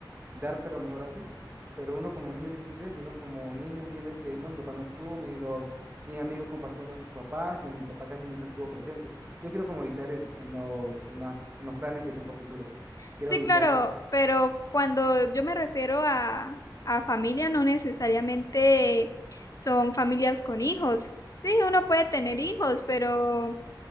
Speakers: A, on the right; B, on the left.
A: darte lo mejor a ti. Pero uno como niño no entiende eso, uno como niño entiende que no, mi papá no estuvo, mi- los, mis amigos compartían con sus papás y mi papá casi nunca estuvo presente. Yo quiero como evitar eso en los, en la- en los planes que tengo a futuro. Quiero
B: Sí,
A: evitar
B: claro, pero cuando yo me refiero a, a familia, no necesariamente son familias con hijos. Sí, uno puede tener hijos, pero